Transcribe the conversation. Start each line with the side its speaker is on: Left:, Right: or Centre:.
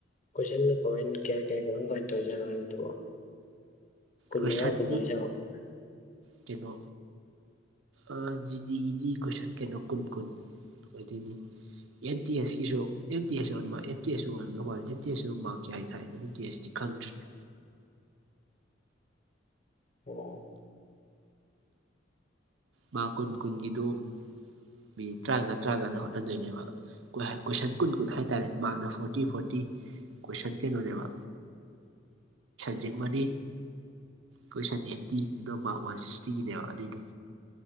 Left: ꯀꯣꯏꯁꯟ ꯀꯃꯥꯏ ꯀꯌꯥ ꯀꯌꯥ ꯀꯃꯥꯏ ꯀꯃꯥꯏꯅ ꯇꯧ ꯌꯥꯅꯣ ꯑꯗꯨꯕꯣ ꯀꯨꯟꯃꯉꯥ
Right: ꯀꯣꯏꯁꯟꯗꯤ
Left: <unintelligible> ꯆꯉꯛꯑꯣ꯫
Right: ꯀꯩꯅꯣ ꯑ ꯖꯤ ꯗꯤ ꯒꯤꯗꯤ ꯀꯣꯏꯁꯟ ꯀꯩꯅꯣ ꯀꯣꯟ ꯀꯣꯟ꯫ ꯑꯣꯏꯗꯤꯅꯤ_ _ ꯑꯦꯝ ꯇꯤ ꯑꯦꯁꯀꯤꯁꯨ ꯑꯦꯝ ꯇꯤ ꯑꯦꯁ ꯑꯣꯟꯕ ꯑꯦꯝ ꯇꯤ ꯑꯦꯁꯁꯨ ꯑꯣꯏꯔꯝꯗꯧ ꯃꯥꯂꯦ ꯑꯦꯝ ꯇꯤ ꯑꯦꯁꯁꯨ ꯃꯥꯔꯛ ꯀꯌꯥꯏ ꯊꯥꯏꯅꯣ ꯑꯦꯝ ꯇꯤ ꯑꯦꯁ ꯗꯤ꯫ ꯈꯪꯇꯅꯤ
Left: <unintelligible>
Right: ꯃꯥ ꯀꯨꯟ ꯀꯨꯟꯒꯤꯗꯨ ꯃꯤꯅꯠ ꯇ꯭ꯔꯥꯉꯥ ꯇ꯭ꯔꯥꯉꯥꯗ ꯍꯣꯠꯍꯟꯗꯣꯏꯅꯦꯕ꯫ ꯀꯣꯏꯁꯟ ꯀꯨꯟ ꯀꯨꯟ ꯍꯥꯏ ꯇꯔꯦ ꯃꯍꯥꯛꯅ ꯐꯣꯔꯇꯤ ꯐꯣꯔꯇꯤ ꯀꯣꯏꯁꯟ ꯀꯩꯅꯣꯅꯦꯕ ꯖꯤ ꯃꯅꯤ ꯀꯣꯏꯁꯟ ꯑꯦꯠꯇꯤ ꯑꯗꯣ ꯃꯥꯛ ꯋꯥꯟ ꯁꯤꯛꯁꯇꯤꯒꯤꯅꯦꯕ ꯑꯗꯨꯏꯗꯣ꯫